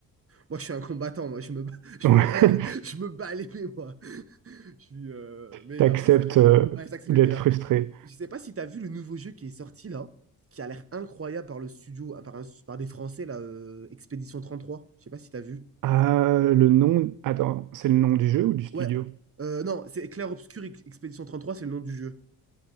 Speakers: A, on the right; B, on the right.
A: Moi, je suis un combattant, moi, je me bats, <laughs> je
B: Ouais,
A: me bats à l'é- <laughs> je me bats à l'épée, moi. Je suis, euh,
B: <laughs>
A: Mais
B: t'acceptes
A: après, ça a l'air
B: euh,
A: cool. Ouais, ça, c'est
B: d'être
A: le DA.
B: frustré.
A: Je sais pas si t'as vu le nouveau jeu qui est sorti là, qui a l'air incroyable par le studio, ah, par, un- par des Français là, euh, Expédition 33. Je sais pas si t'as vu.
B: Ah, le nom. Attends, c'est le nom du jeu ou du studio?
A: Ouais, Euh, non, c'est Clair Obscur Ex- Expédition 33, c'est le nom du jeu.